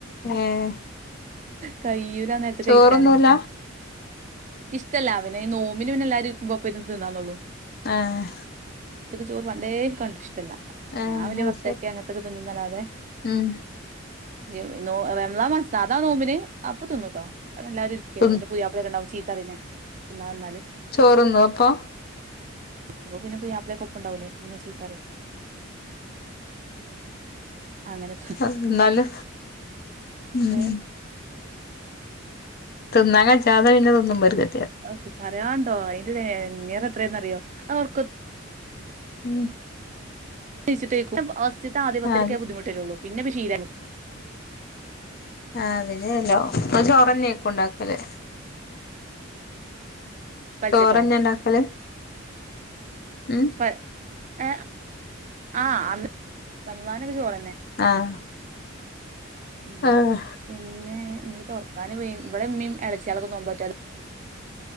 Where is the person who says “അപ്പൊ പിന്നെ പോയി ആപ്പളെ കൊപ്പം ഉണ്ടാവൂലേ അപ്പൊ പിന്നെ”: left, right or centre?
Right